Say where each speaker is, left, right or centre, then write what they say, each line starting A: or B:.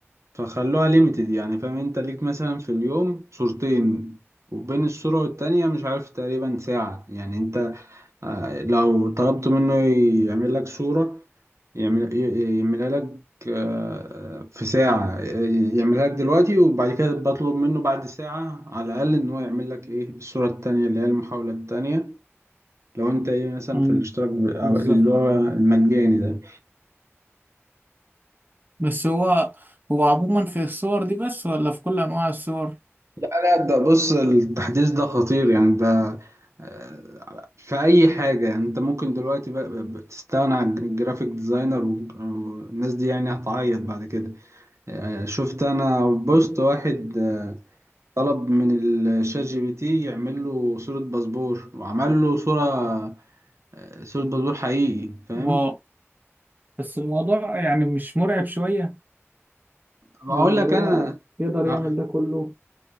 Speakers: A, on the right; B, on the right.
A: فخلوها ليميتد يعني فاهم انت ليك مثلا في اليوم صورتين وبين الصوره والتانيه مش عارف تقريبا ساعه يعني انت آه، لو طلبت منه يعمل لك صورة يعمل ي- يعملها لك آه، في ساعة ي- يعملها لك دلوقتي وبعد كده بطلب منه بعد ساعة على الأقل إن هو يعمل لك إيه الصورة التانية اللي هي المحاولة التانية لو أنت إيه مثلا
B: مم،
A: في الاشتراك ب- أو
B: بالظبط
A: اللي هو المجاني ده
B: بس هو هو عموما في الصور دي بس ولا في كل أنواع الصور؟
A: لا ده بص التحديث ده خطير يعني ده آه، في أي حاجة يعني أنت ممكن دلوقتي بقى بقى- بتستغنى عن الجرافيك ديزاينر والناس دي يعني هتعيط بعد كده آه، شفت انا بوست واحد آه، طلب من الشات جي بي تي يعمل له صورة باسبور وعمل له صورة آه، صورة باسبور حقيقي فاهم
B: امم بس الموضوع يعني مش مرعب شوية
A: بقول
B: يعني اللي
A: لك
B: هو
A: انا
B: يقدر يعمل
A: آه،
B: ده كله